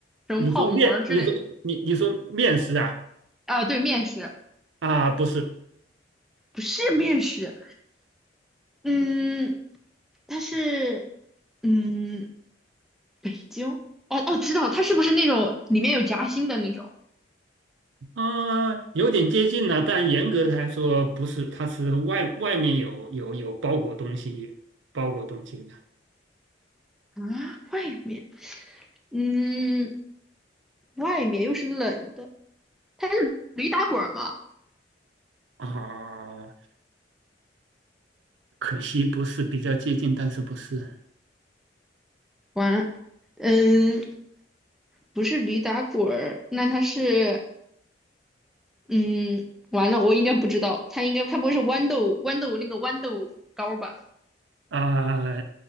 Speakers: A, in the centre; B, on the right.
A: 什么泡馍儿之类的
B: 你说面，你说你你说面食啊？
A: 啊？对，面食
B: 啊，不是，
A: 不是面食，嗯，它是嗯北京，哦哦，知道它是不是那种里面有夹心的那种
B: 啊、有点接近了，但严格来说不是，它是外外面有有有包裹东西，包裹东西的。
A: 啊？外面嗯，外面又是冷的，它是驴打滚儿吗？
B: 啊，可惜不是比较接近，但是不是
A: 完了，嗯，不是驴打滚儿，那它是嗯，完了，我应该不知道，它应该它不会是豌豆豌豆那个豌豆糕吧？
B: 啊，